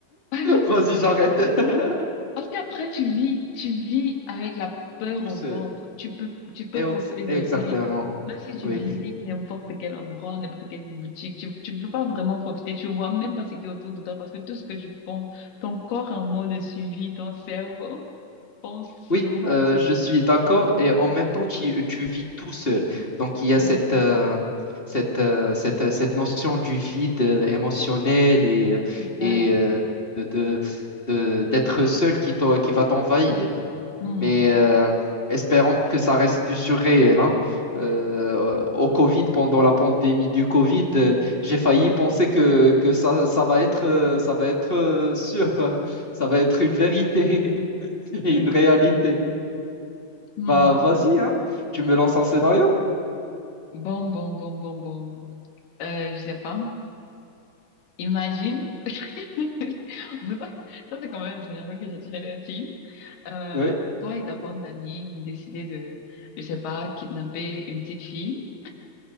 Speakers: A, on the left; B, on the left.
A: pas du
B: Vas-y,
A: tout.
B: j'arrête. <laughs>
A: Parce qu'après, tu vis, tu vis avec la peur
B: Tout
A: au
B: seul.
A: ventre. Tu peux, tu peux
B: Et ox-
A: profiter de
B: Exactement.
A: rien. Même si tu
B: Oui.
A: visites n'importe quel endroit, n'importe quelle boutique, tu, tu peux pas vraiment profiter. Tu vois même pas ce qui est autour de toi parce que tout ce que tu penses, ton corps en mode suivi, ton cerveau <laughs> pense seulement
B: Oui,
A: à
B: euh,
A: ce
B: je suis d'accord. Et en même temps, tu, tu vis tout seul. Donc, il
A: suivi.
B: y a cette, euh, cette, euh, cette, euh, cette notion du vide euh, émotionnel et,
A: Exact.
B: et euh, de, de- de- d'être seul qui, t'en- qui va t'envahir.
A: Hmm.
B: Mais euh, espérons que ça reste du surréel. hein. Euh, au Covid, pendant la pandémie du Covid, euh, j'ai failli penser que, que ça, ça va être, euh, ça va être euh, sûr, <laughs> ça va être une vérité <laughs> et
A: <laughs>
B: une réalité.
A: Hmm.
B: Bah, vas-y, hein. Tu me lances un scénario?
A: Bon, bon, bon, bon, bon. Euh, je sais pas. Imagine. <laughs> On peut pas- Ça, c'est quand même un scénario que j'ai tiré d'un film. Euh,
B: Oui.
A: toi et ta bande d'amis, vous décidez de, je sais pas, kidnapper une petite fille